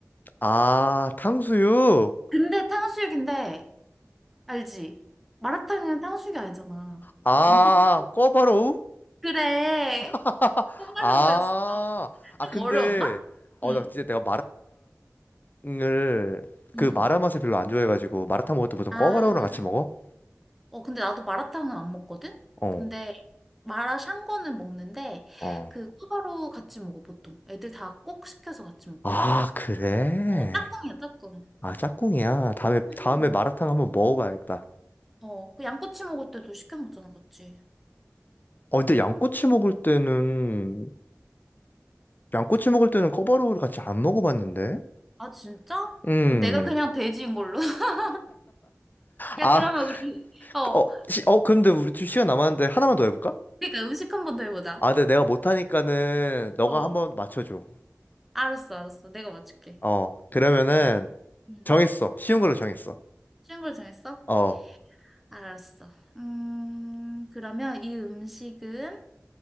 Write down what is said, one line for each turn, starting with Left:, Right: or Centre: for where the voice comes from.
Left: 아, 탕수육.
Centre: 근데 탕수육인데, 알지? 마라탕은 탕수육이 아니잖아.
Left: 아,
Centre: 어, 양꼬치.
Left: 꿔바로우?
Centre: 그래.
Left: <laughs>
Centre: 호마루였어.
Left: 아, 아,
Centre: 좀
Left: 근데,
Centre: 어려웠나?
Left: 어,
Centre: 응.
Left: 나 진짜 내가 마라탕을,
Centre: 응.
Left: 그 마라 맛을 별로 안 좋아해가지고, 마라탕 먹을 때 보통
Centre: 아,
Left: 꿔바로우랑 같이 먹어?
Centre: 어, 근데 나도 마라탕은 안 먹거든?
Left: 어,
Centre: 근데 마라샹궈는 먹는데,
Left: 어.
Centre: 그 꿔바로우 같이 먹어, 보통. 애들 다 꼭 시켜서 같이 먹어.
Left: 아, 그래?
Centre: 어, 짝꿍이야, 짝꿍.
Left: 아, 짝꿍이야. 다음에,
Centre: 음.
Left: 다음에 마라탕 한번 먹어봐야겠다.
Centre: 어, 그 양꼬치 먹을 때도 시켜 먹잖아, 같이.
Left: 어, 근데 양꼬치 먹을 때는, 양꼬치 먹을 때는 꿔바로우를 같이 안 먹어봤는데?
Centre: 아, 진짜?
Left: 음.
Centre: 내가 그냥 돼지인 걸로? <laughs> 야,
Left: 아,
Centre: 그러면 우리, 어,
Left: 어, 시, 어, 근데 우리 좀 시간 남았는데 하나만 더 해볼까?
Centre: 그러니까 음식 한번 더 해보자.
Left: 아, 근데 내가 못하니까는 너가
Centre: 어,
Left: 한번 맞춰줘.
Centre: 알았어, 알았어. 내가 맞출게.
Left: 어, 그러면은
Centre: 응, 응.
Left: 정했어. 쉬운 걸로 정했어.
Centre: 쉬운 걸 정했어?
Left: 어,
Centre: 알았어. 음, 그러면 이 음식은,